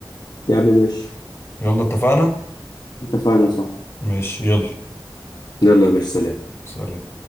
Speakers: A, on the left; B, on the left.
A: يا عم ماشي
B: يلا اتفقنا
A: اتفقنا صح
B: ماشي يلا
A: يلا يا باشا سلام
B: سلام